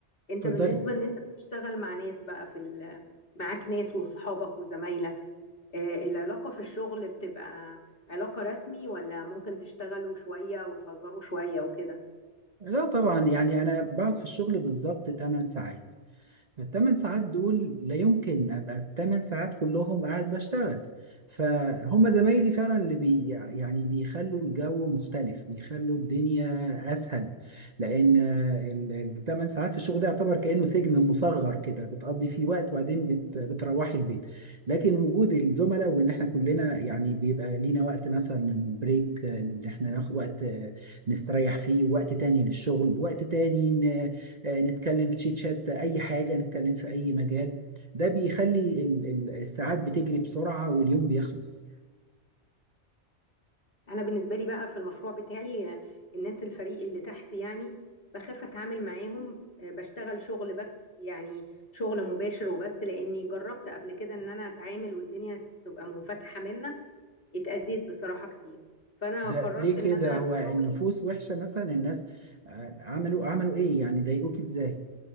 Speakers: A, on the left (about 50°); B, on the right (about 40°).
A: انت
B: اتفضلي
A: بالنسبه ان انت بتشتغل مع ناس بقى في ال- معاك ناس واصحابك وزمايلك آه، العلاقه في الشغل بتبقى علاقه رسمي ولا ممكن تشتغلوا شويه وتهزروا شويه وكده
B: لا طبعا يعني انا بقعد في الشغل بالظبط 8 ساعات الثمان ساعات دول لا يمكن ابقى الثمان ساعات كلهم قاعد بشتغل فهم زمايلي فعلا اللي بي يعني بيخلوا الجو مختلف بيخلوا الدنيا اسهل لان الثمان ساعات في الشغل ده يعتبر كانه سجن مصغر كده بتقضي فيه وقت وبعدين بت بتروحي البيت لكن وجود الزملاء وان احنا كلنا يعني بيبقى لينا وقت مثلا بريك ان احنا ناخد وقت نستريح فيه وقت تاني للشغل وقت تاني آه، نتكلم في تشيت شات اي حاجه نتكلم في اي مجال ده بيخلي ال- ال- الساعات بتجري بسرعه واليوم بيخلص
A: انا بالنسبه لي بقى في المشروع بتاعي آه، الناس الفريق اللي تحت يعني بخاف اتعامل معاهم آه، بشتغل شغل بس يعني شغل مباشر وبس لاني جربت قبل كده ان انا اتعامل والدنيا تبقى منفتحه منا اتأذيت بصراحة كتير فأنا
B: ده
A: قررت
B: ليه كده
A: إن أنا
B: هو
A: في
B: النفوس
A: شغلي
B: وحشه مثلا الناس آه، عملوا عملوا ايه يعني ضايقوك ازاي